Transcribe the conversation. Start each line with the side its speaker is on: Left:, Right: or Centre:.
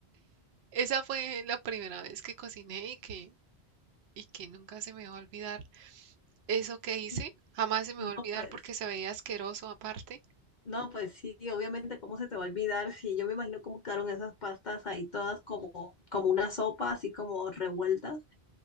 Right: esa fue la primera vez que cociné y que, y que nunca se me va a olvidar eso que
Left: <laughs>
Right: hice. Jamás se me
Left: No,
Right: va a olvidar
Left: pues,
Right: porque se veía asqueroso aparte.
Left: no, pues sí, obviamente, ¿cómo se te va a olvidar? Sí, yo me imagino cómo quedaron esas pastas ahí todas como, como una sopa, así como revueltas.